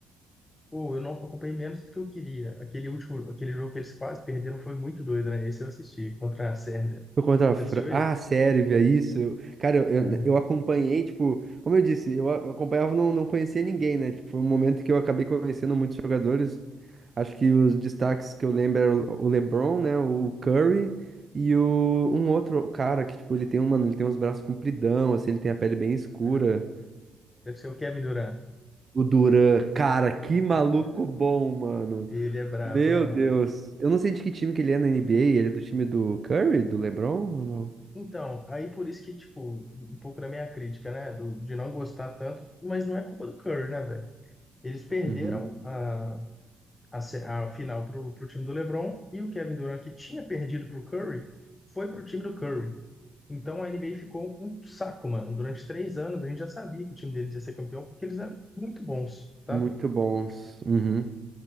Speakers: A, on the left; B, on the right.
A: Pô, eu não acompanhei menos do que eu queria. Aquele último, aquele jogo que eles quase perderam foi muito doido, né? Esse eu assisti, contra a Sérvia.
B: Foi contra a Fran...
A: Você assistiu
B: Ah,
A: esse?
B: a Sérvia, isso. Eu- Cara, eu, eu,
A: É.
B: né, eu acompanhei, tipo, como eu disse, eu, a- eu acompanhava, e não, não conhecia ninguém, né? Tipo, foi um momento que eu acabei conhecendo muitos jogadores. Acho que os destaques que eu lembro eram o o LeBron, né? O Curry e o, um outro cara que, tipo, ele tem, um- mano, ele tem uns braços compridão, assim, ele tem a pele bem escura.
A: Tá. Deve ser o Kevin Durant.
B: O Duran, cara, que maluco
A: É.
B: bom, mano.
A: Ele é brabo,
B: Meu
A: né, mano?
B: Deus. Eu não sei de que time que ele é na NBA. Ele é do time do Curry, do LeBron ou não?
A: Então, aí por isso que, tipo, um pouco da minha crítica, né? do- de não gostar tanto, mas não é culpa do Curry, né, velho? Eles perderam
B: Uhum.
A: a, a, se- a final pro, pro time do LeBron e o Kevin Durant, que tinha perdido pro Curry, foi pro time do Curry. Então a NBA ficou um saco, mano. Durante três anos a gente já sabia que o time deles ia ser campeão porque eles eram muito bons, sabe?
B: Muito bons. Uhum.